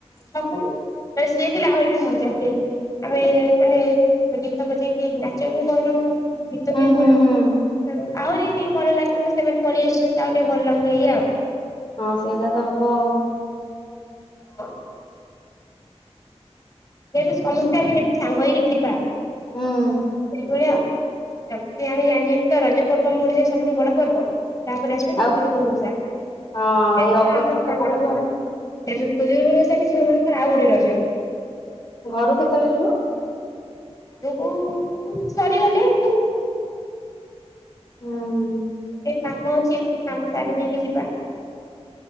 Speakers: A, on the left (about 30°); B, on the left (about 50°).
A: ଡାକୁନୁ, ତ ସିଏ ଥିଲା ଆହୁରି ବି ମଜା ହୁଏ। ଆମେ ମାନେ ଗୀତ ବଜେଇକି ନାଚ ବି କରୁ, ଗୀତ
B: ହୁଁ
A: ବି ବୋଲୁ।
B: ହୁଁ ହୁଁ
A: ଆହୁରି ଟିକେ ଭଲ ଲାଗିଥାନ୍ତା ସେମାନେ ପଳେଇ ଆସିଛନ୍ତି ତ ଆଉ ଟିକେ ଭଲ ଲାଗୁନି ଏଇ ଆଉ।
B: ହଁ ସେଇଟା ତ ହବ ଆଉ।
A: <inaudible> ଯଦି ସମସ୍ତେ ଆମେ ଏମିତି ସାଙ୍ଗ ହେଇକି ଥିବା ସେଇଭଳିଆ।
B: ହୁଁ।
A: ଯେମତି ଆମ ଜାଣିଛନ୍ତି ତ, ରଜ ପର୍ବ ଆମ ଓଡିଶାର ସବୁଠୁ ବଡ ପର୍ବ। ତାପରେ ଆସିବ
B: ଆଉ
A: ଖୁଦରୁକୁଣୀ ଓଷା। ସେଥିରେ
B: ହଁ ଏଇ
A: ତ
B: ଅଗଷ୍ଟ
A: ଆମ ଝିଅମାନଙ୍କର
B: ପଡିବ ଆଉ।
A: ସେଠୁ ଖୁଦୁରୁକୁଣୀ ଓଷା ବି ଝିଅମାନଙ୍କର ଆଉ ଗୋଟେ ରଜ।
B: ଘରୁକୁ କେତେବେଳେ ଯିବ?
A: ଯିବୁ ସରିଗଲେ ଏଠି।
B: ଅଁ, ହଁ।
A: ଏ କାମ ଅଛି ଏଇଠି ଟିକେ କାମ ସାରି ଦେଇକି ଯିବା।